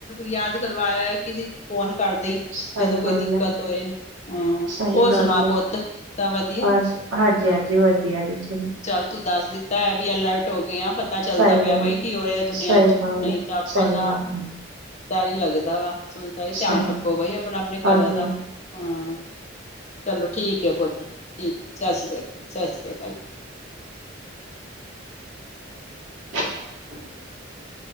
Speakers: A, on the left; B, on the right.
A: ਯਾਦ ਕਰਵਾਇਆ ਕਿ ਫੋਨ ਕਰਦੇ
B: ਸਹੀ
A: ਜਦੋਂ ਕੋਈ
B: ਗੱਲ
A: ਦਿੱਕਤ
B: ਹੈ
A: ਹੋਏ। ਹਮ,
B: ਸਹੀ
A: ਹੋਰ
B: ਗੱਲ
A: ਸੁਣਾ
B: ਹੈ
A: ਪੁੱਤ ਸਭ ਵਧੀਆ।
B: ਬਸ ਹਾਂਜੀ- ਹਾਂਜੀ, ਵਧੀਆ ਜੀ। ਚ'
A: ਚੱਲ ਤੂੰ ਦੱਸ ਦਿੱਤਾ ਹੈ ਵੀ ਅਲਰਟ ਹੋ ਗਏ ਆ। ਤਾਂ ਚੱਲਦਾ
B: ਸਹੀ
A: ਪਿਆ
B: ਗੱਲ
A: ਬਾਈ ਕੀ ਹੋ ਰਿਹਾ ਦੁਨੀਆਂ
B: ਸਹੀ
A: ਚ'
B: ਗੱਲ
A: ਨਹੀਂ ਤਾਂ ਆਪਾਂ
B: ਸਹੀ
A: ਤਾਂ
B: ਗੱਲ
A: ਡਰ ਹੀ ਲੱਗਦਾ ਵਾ। ਸੁਣ ਤਾਂ ਇਹ ਧਿਆਨ
B: ਸਹੀ
A: ਰੱਖੋ ਬਾਈ, ਆਪਣਾ- ਆਪਣੇ
B: ਹਾਂਜੀ
A: ਘਰਾਂ ਦਾ ਹਾਂ। ਚਲੋ ਠੀਕ ਹੈ ਪੁੱਤ। ਸਤਿ ਸ੍ਰੀ ਅਕਾਲ, ਸਤਿ ਸ੍ਰੀ ਅਕਾਲ।
B: ਅ <unintelligible>